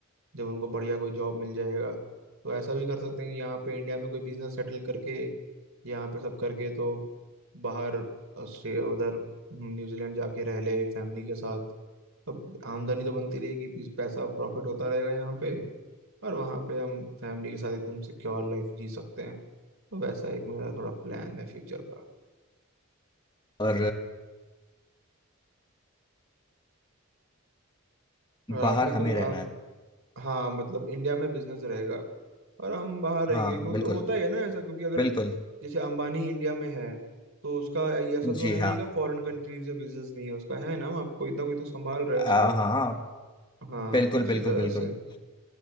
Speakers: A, on the right (about 65°); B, on the left (about 20°).
A: जब उनको बढ़िया कोई जॉब मिल जाएगा तो ऐसा भी कर सकते हैं कि यहाँ पे इंडिया में कोई बिजनेस सेटल करके यहाँ पे सब करके तो बाहर ऑस्ट्रेलिया उधर हम्म, न्यूजीलैंड जाके रह ले फैमिली के साथ अब आमदनी तो बनती रहेगी बिज- पैसा प्रॉफिट होता रहेगा यहाँ पे और वहाँ पे हम फैमिली के साथ एकदम सिक्योर लाइफ जी सकते हैं तो वैसा एक मेरा थोड़ा प्लान है फ्यूचर का
B: और
A: और
B: बाहर
A: आपने
B: हमें
A: कोई
B: रहना
A: आप
B: है
A: हाँ मतलब इंडिया में बिजनेस रहेगा और हम बाहर रहेंगे
B: हाँ
A: क्योंकि
B: बिल्कुल
A: होता ही है ना ऐसा क्योंकि अगर
B: बिल्कुल
A: जैसे अंबानी इंडिया में है तो उसका ये ऐसा
B: जी
A: तो है
B: हाँ
A: नहीं का फॉरेन कंट्रीज में बिजनेस नहीं है उसका है ना वहाँ पे कोई ना कोई तो संभाल रहा
B: हाँ
A: है उसको
B: हाँ हाँ।
A: हाँ
B: बिल्कुल
A: तो उसी
B: बिल्कुल
A: तरह
B: बिल्कुल
A: से